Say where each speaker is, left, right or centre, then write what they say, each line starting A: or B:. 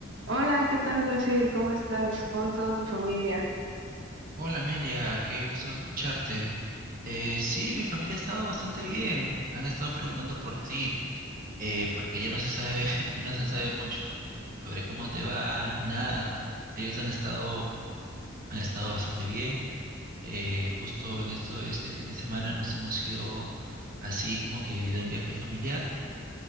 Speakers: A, on the right (about 60°); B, on the right (about 45°).
A: Hola, ¿qué tal, Graciel? ¿Cómo estás? ¿Cómo ha estado tu familia?
B: Hola Amelia, qué gusto escucharte. Eh, sí, mi familia ha estado bastante bien. Han estado preguntando por ti, eh, porque ya no se sabe, <laughs> ya no se sabe mucho sobre cómo te va ni nada. Ellos han estado, han estado bastante bien. Eh, justo en esto, este fin de semana nos hemos ido así como que de un viaje familiar